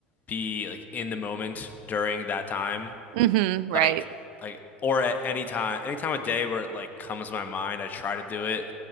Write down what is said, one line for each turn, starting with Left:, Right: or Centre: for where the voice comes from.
Left: be like in the moment during that time.
Right: <laughs> hmm right.
Left: like like or at any time any time of day where it like comes to my mind I try to do it